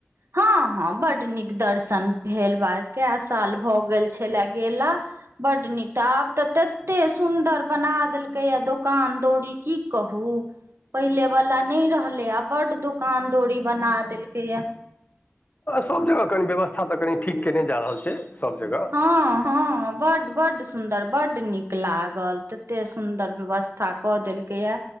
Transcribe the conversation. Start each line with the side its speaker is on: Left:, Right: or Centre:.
Right: हँ हँ बड नीक दर्शन भेल ब क साल भऽ गेल छले गेला बड्ड नीक तऽ आब तऽ तते सुन्दर बना देलकै दुकान दौरी की कहू पहले वाला नै रहलैय बड दुकान दौरी बना देलकै या
Left: सभ जगह कनि व्यवस्था तऽ कनि ठीक कयने जा रहल छै सभ जगह
Right: हँ हँ बड बड सुन्दर बड नीक लागल तऽ एतेक सुन्दर व्यवस्था कऽ देलकैए